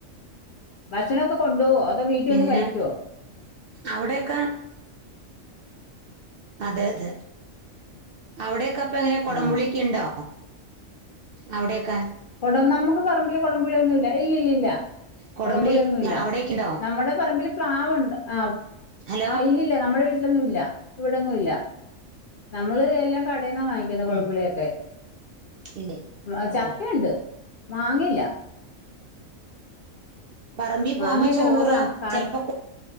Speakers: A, on the left; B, on the right.
A: ഭക്ഷണമൊക്കെ കൊണ്ടു പോവോ, അതോ വീട്ടിൽ
B: പിന്നെ
A: വന്ന് കഴിക്കുവോ?
B: അവിടെയൊക്കെ അതെ അതെ അവിടെക്കെ ഇപ്പൊങ്ങനെ കൊടമ്പുളിയൊക്കെയിണ്ടോ
A: ആ
B: അവിടെക്കെ
A: കൊട നമുക്ക് പറമ്പിലു കൊടമ്പുലിയൊന്നു ഇല്ലിലില്ല
B: കൊടംപുളി
A: കൊടമ്പുളിയൊന്നും ഇല്ല
B: അവിടെയൊക്കെ ഉണ്ടോ
A: നമ്മുടെ പറമ്പിലു പ്ലാവുണ്ട് ആ
B: ഹലോ
A: ആഹ ഇല്ലില്ല നമ്മുടെ വീ ന്നുല്ല ഇവിടെങ്ങുല്ല നമ്മളു എല്ലാം കാൻ ടെന്നാ വാങ്ങിക്കുന്നേ കൊടമ്പുളിയൊക്കെ
B: ഉം ഇല്ലേ
A: അച്ഛാ
B: ഓ
A: ക്കയിണ്ട് മാങ്ങയില്ലാ
B: പറമ്പി പോമ്പോ
A: മാങ്ങയൊക്കെ
B: ചോറ്
A: നമ്മള് കാ കാ
B: ചെൽപ്പോ കൊ